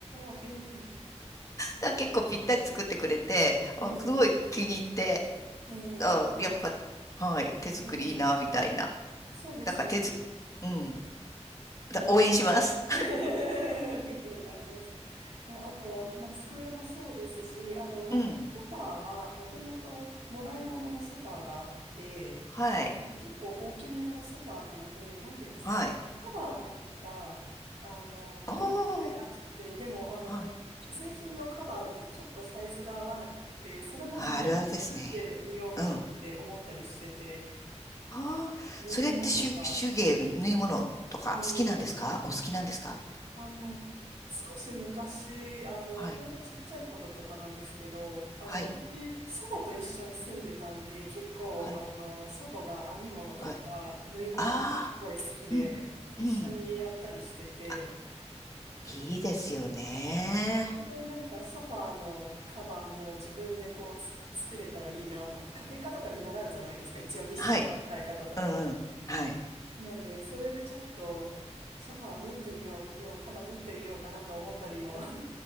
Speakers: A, on the right; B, on the left.
A: ああ、ええ
B: だから結構ぴったり作ってくれて、あすごい気に入って、
A: ええええ確かに。
B: あ、やっぱ、はい、手作りいいな、
A: ええ
B: みたいな。
A: そうですよね。
B: だから手作、うん、だ応援します。
A: いいです。<laughs> ありがとうございます。そう、あとは、まあ、机もそうですし、あと、なんか、
B: うん、
A: ソファーは、もともと、もらい物のソファーがあって、
B: はい、
A: 結構大きめのソファーなので、なんていうんですかね、
B: はい。
A: カバーが、あの、
B: おー、
A: 色を変えたくて、でも、あの、
B: はい。
A: 既製品のカバーだとちょっとサイズが合わなくて、それも自分で作ってみようかなって思ったりしてて、
B: あ、あるあるですね。うん。ああ、
A: 縫い物とか、
B: それって手、手芸み、縫い物とか好きなんですかお好きなんですか
A: ええあの、少し昔、あの、
B: はい。
A: ほんとちっちゃい頃とかなんですけど、あの、
B: はい。
A: 私、祖母と一緒に住んでたんで、結構、
B: はい。
A: あの、祖母が編み物とか、
B: はい。
A: 縫い物とかすごい好きで、
B: ああ、うん。
A: 一緒にやったりしてて、
B: うん。あ、いいですよね。
A: で、なんかソファーのカバーも自分でこうつ作れたらいいなと思って、家庭科とかで習うじゃないですか、一応ミシンの使い方とか。
B: はい。うんうん。はい。
A: なんで、それでちょっと、ソファー縫ってみようの、カバー縫ってみようかなと思ったりも